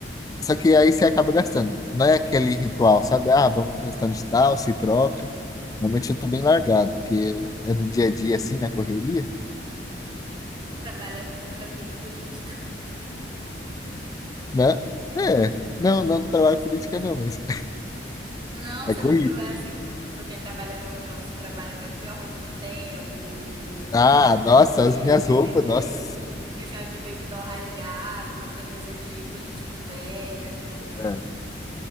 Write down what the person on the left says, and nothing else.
Só que aí você acaba gastando. Não é aquele ritual, sabe? Ah, vamos pro restaurante tal, se troca.
Normalmente eu tô bem largado, porque é no dia a dia, assim, na correria,
né? É. Não, não, não trabalho com política, não, mas
<laughs> é
corrido
Ah,
nossa,
as minhas roupas,
nossa.
É,